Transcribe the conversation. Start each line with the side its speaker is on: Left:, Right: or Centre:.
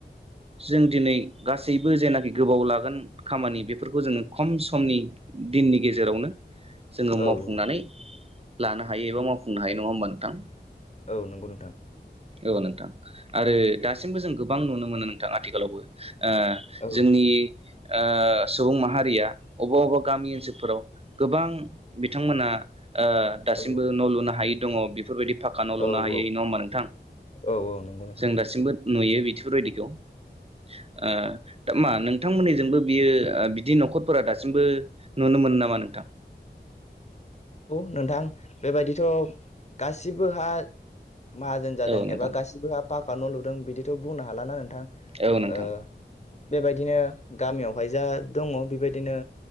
Right: जों दिनै गासैबो जेनाखि गोबाव लागोन खामानि बेफोरखौ जोङो खम समनि दिननि गेजेरावनो जोंङो
Left: औ
Right: मावफुंनानै
Left: औ
Right: लानो हायो एबा मावफुंनो हायो नङा ओमबा नोंथां?
Left: औ नंगौ नोंथां।
Right: औ नोंथां आरो दासिमबो जों गोबां नुनो मोनो नोंथां आथिखालावबो। ओ
Left: औ
Right: जोंनि ओ सुबुं माहारिया अबा अबेबा गामि ओनसोलफोराव गोबां बिथांमोना ओ दासिमबो
Left: औ
Right: न' लुनो हायि दङ बे फोरबायदि पाखखा न' लुनो
Left: औ
Right: हायै
Left: औ
Right: नङा होमबा नोंथां
Left: औ नंगौ नोंथां
Right: जों दासिमबो नुयो बिथोरबायदिखौ। ओ दा मा नोंथांमोननिजोंबो बियो ओ बिदि न'खरफोरा दासिमबो नुनो मोनो नामा नोंथां?
Left: औ नोंथां बेबायदिथ' गासिबोहा माहाजोन जादों
Right: औ नोंथां
Left: एबा गासिबो पाखखा न' लुदों बिदिथ' बुंनो हाला ना नों थां
Right: औ नोंथां
Left: ओ बेबायदिनो गामियावहाय जा दङ बेबायदिनो